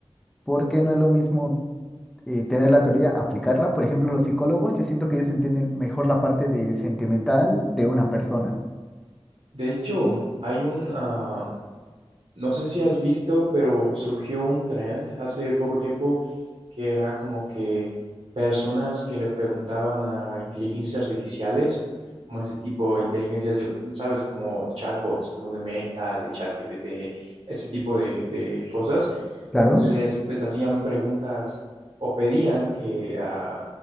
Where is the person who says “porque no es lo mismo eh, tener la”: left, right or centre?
Centre